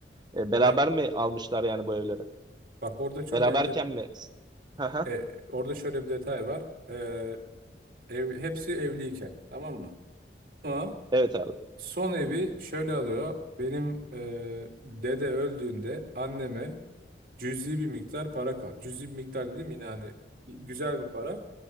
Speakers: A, on the right; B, on the right.
A: E, beraber
B: Ya
A: mi almışlar yani bu evleri?
B: bak orada çok
A: Beraberken
B: enter
A: mi? Haha,
B: e, orada şöyle bir detay var. E, ev, hepsi evliyken tamam mı? Ama
A: evet abi.
B: Son evi şöyle alıyor. Benim e, dede öldüğünde anneme cüzi bir miktar para kaldı. Cüzi bir miktar dedim yine hani güzel bir para.